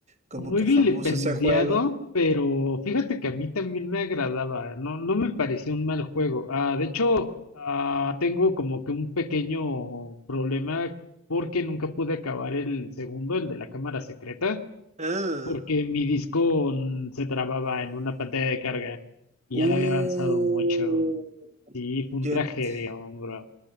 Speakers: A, on the right; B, on the left.
A: como
B: Muy
A: que
B: vilipendiado,
A: famoso ese juego.
B: pero fíjate que a mí también me agradaba. No, no me pareció un mal juego. Ah, de hecho, ah, tengo como que un pequeño problema porque nunca pude acabar el segundo, el de la cámara secreta.
A: Ah.
B: porque mi disco mm, se trababa en una pantalla de carga y
A: Uh,
B: ya la había avanzado mucho. Sí, fue un
A: yo
B: tragedia,
A: ent-
B: hombre.